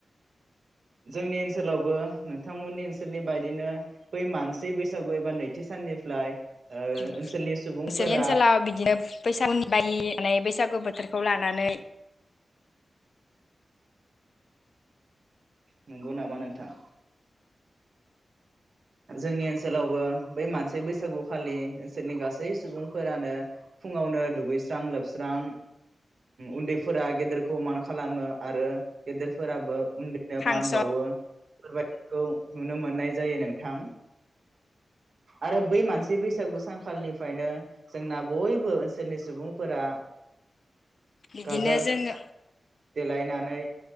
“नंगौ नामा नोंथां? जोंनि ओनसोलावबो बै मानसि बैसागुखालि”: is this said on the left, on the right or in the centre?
Right